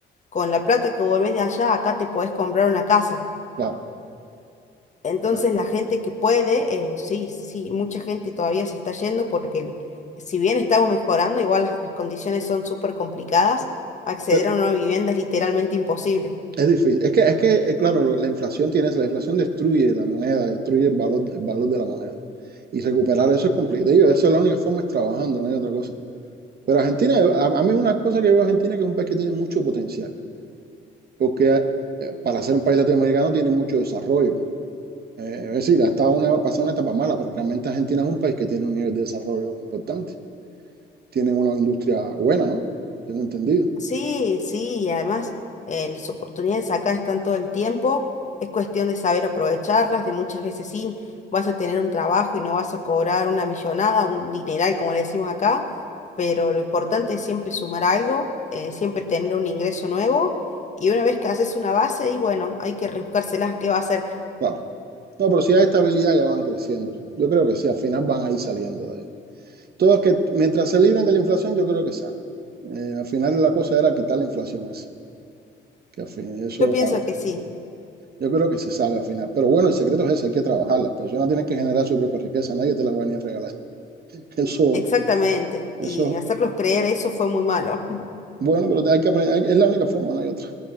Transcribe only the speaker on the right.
claro,
claro.
Pero
es difícil. Es que, es que, eh, claro, lo- la inflación tiene eso. La inflación destruye la moneda, destruye el valor, el valor de la moneda. Y recuperar eso es complicado. Y esa es la única forma, es trabajando, no hay otra cosa. Pero Argentina, yo- a, a mí una cosa que veo a Argentina es que es un país que tiene mucho potencial. Porque eh, para ser un país latinoamericano tiene mucho desarrollo. Eh, es decir, ha estado una, pasado una etapa mala, pero realmente Argentina es un país que tiene un nivel de desarrollo importante. Tienen una industria buena, ¿no? Tengo entendido.
Claro. No, pero si hay estabilidad ya van creciendo. Yo creo que sí, al final van a ir saliendo de... Todos que mientras se libren de la inflación, yo creo que salen. Eh, al final la cosa era quitar la inflación esa. Que al fin, eso
ojalá.
Yo creo que se sale al final. Pero bueno, el secreto es ese, hay que trabajar. Las personas tienen que generar su propia riqueza, nadie te la va a venir a regalar. <laughs> Eso,
eso,
bueno, pero hay que aprender, hay- es la única forma, no hay otra.